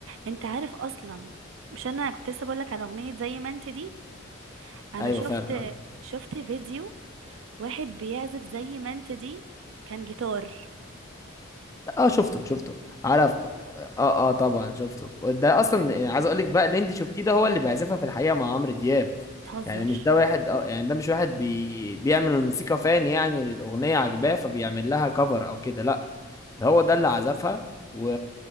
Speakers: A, on the right; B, on the left.
A: أنت عارف أصلا مش أنا كنت لسه بقولك على أغنية زي ما أنت دي أنا
B: <laughs> ايوه
A: شفت
B: فعلا
A: شفت فيديو واحد بيعزف زي ما أنت دي كان جيتار
B: اه شفته شفته عرفته
A: شفته
B: اه اه طبعا شفته ده اصلا يعني عايز اقول لك بقى اللي انت شفتيه ده هو اللي بيعزفها في الحقيقه مع عمرو دياب
A: بتهزر
B: يعني مش ده واحد اه يعني ده مش واحد بي... بيعمل الموسيقى فان يعني للاغنيه عجباه فبيعمل لها كفر او كده لا ده هو ده اللي عزفها و...